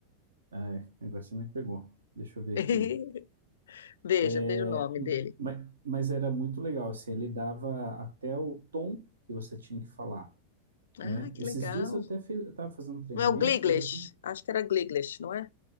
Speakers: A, on the right; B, on the left.
A: Ai, agora você me pegou. Deixa eu ver
B: <laughs>
A: aqui.
B: Veja,
A: É,
B: veja o nome dele.
A: ma- mas, era muito legal, assim, ele dava até o tom que você tinha que falar, né?
B: Ah,
A: Esses
B: que legal.
A: dias eu até estava fazendo um treinamento
B: Não é o Gliglish?
A: e era tudo
B: Acho que era Gliglish, não é?